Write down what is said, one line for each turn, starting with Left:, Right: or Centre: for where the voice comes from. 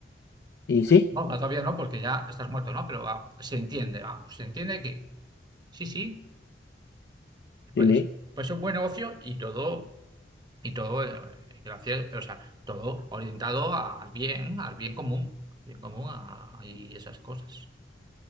Left: Y sí,
Right: Bueno, para todavía no, porque ya estás muerto, ¿no? Pero va, se entiende, vamos, se entiende que sí, sí, pues,
Left: sí,
Right: pues es un buen negocio y todo, y todo, eh, gracias, o sea, todo orientado al bien, al bien común, bien común a- y esas cosas.